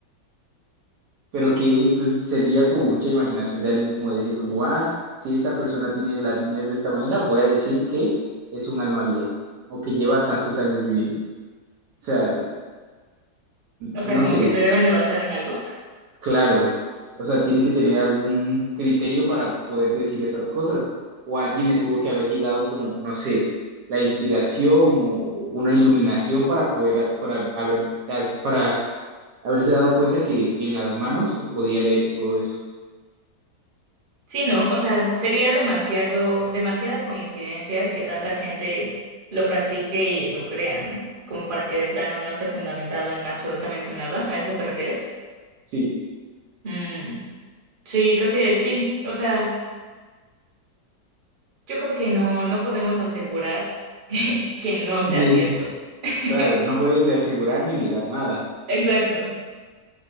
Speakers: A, on the right (about 70°); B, on the right (about 40°).
A: pero que pues, sería como mucha imaginación de alguien como decir como, ah, si esta persona tiene las líneas de esta manera, voy a decir que es un alma vieja o que lleva tantos años viviendo. O sea,
B: <laughs> o
A: no
B: sea, como
A: sé,
B: que se deben de basar en algo.
A: claro. O sea, tienen que tener algún criterio para poder decir esas cosas. O alguien le tuvo que haber llegado como, no sé, la inspiración o una iluminación para poder, para haber, para haberse dado cuenta que en las manos podía leer todo eso.
B: Sí, ¿no? O sea, sería demasiado, demasiada coincidencia que tanta gente lo practique y lo crea, ¿no? Como para que de plano no esté fundamentado en absolutamente nada. ¿A eso te refieres?
A: Sí.
B: Mm, sí, creo que sí. O sea, yo creo que no, no podemos asegurar <laughs> que, que no sea
A: <laughs>
B: cierto. <laughs>
A: Claro, no puedes de asegurar ni negar nada.
B: Exacto.